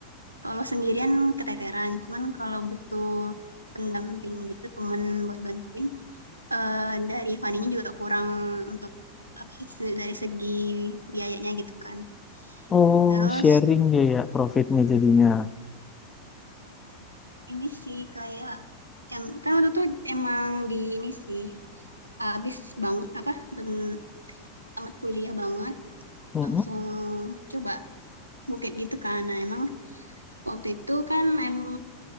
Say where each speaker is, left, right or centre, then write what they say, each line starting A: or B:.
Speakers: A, on the right; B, on the left.
A: Kalau sendirian keteteran. Cuman kalau butuh pendamping gitu temen buat bantuin. eh, dari fundingnya juga kurang untuk apa sih se- dari segi biayanya gitu kan.
B: Oh,
A: Terus
B: sharing dia ya profitnya jadinya.
A: ini sih kayak em, kan waktu itu emang di ini sih habis bang apa ben, tamat kuliah banget
B: Mm-mm.
A: langsung coba bukit gitu kan nah emang waktu itu kan em